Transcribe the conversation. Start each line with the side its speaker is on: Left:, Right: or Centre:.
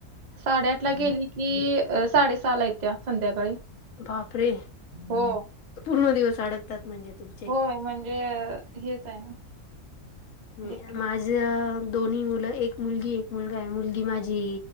Right: साडेआठ ला गेली की अ साडेसहाला येतीया संध्याकाळी.
Left: बापरे
Right: हो
Left: पूर्ण दिवस अडकतात म्हणजे तुमी
Right: होय म्हणजे हेच आहे ना.
Left: नाय
Right: हे की
Left: माझ दोन्ही मुलं एक मुलगी एक मुलगा आहे मुलगी माझी